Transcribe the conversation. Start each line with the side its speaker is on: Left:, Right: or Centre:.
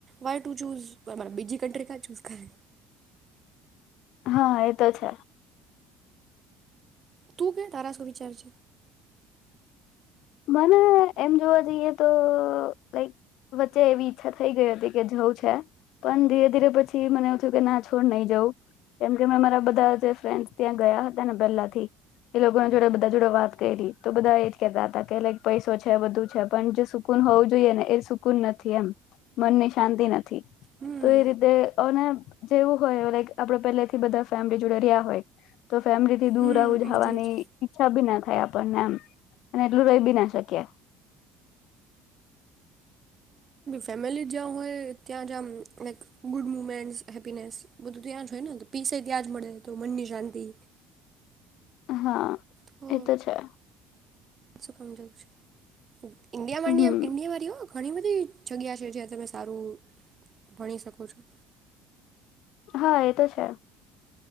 Right: વાય ટુ ચૂઝ બીજી કન્ટ્રી કા ચૂસ કરે
Left: હા એતો છે
Right: તું ક્યા તારા શું વિચાર છે.
Left: મને એમ જોવા જઈએ તો લાઈક વચ્ચે એવી ઈચ્છા થઈ ગઈ હતી કે જઉું છે પણ ધીરે ધીરે પછી મને એવું થયું કે ના છોડ નહી જવું કેમ કે મેં મારા બધા જે ફ્રેન્ડસ ત્યાં ગયા હતા ને પહેલા થી એ લોકોને જોડે બધા જોડે વાત કરી તો બધા એ જ કેહેતા હતા કે લાઈક પૈસો છે બધું છે પણ જે સુકૂન હોવું જોઈએ ને એ સુકૂન નથી એમ મનની શાંતિ નથી
Right: હમ
Left: તો એ રીતે અને જેવું હોય લાઇક આપડે પહેલા થી બધા ફેમિલી જોડે રહ્યા હોય તો ફેમિલી દૂર
Right: હમ
Left: આવ જવાની
Right: એ જે છે
Left: ઈચ્છા બી ના થયા આપણને એમ અને ર રહી બી ના શકીએ
Right: ફેમિલી જ્યાં હોય ત્યાં જ ગુડ મુમેન્ટ હેપીને બધું ત્યાં જ હોય ને પીસે ત્યાં જ મળે તો મનની શાંતિ
Left: હા.
Right: તો
Left: એતો છે.
Right: શું કમજોર છ ઇન્ડિયામાં
Left: હમ
Right: ન્ડિયા વારી હ ઘણી બધી જગ્યા છે જ્યા તમે સારું ભણી શકો છો
Left: હા એ તો છે.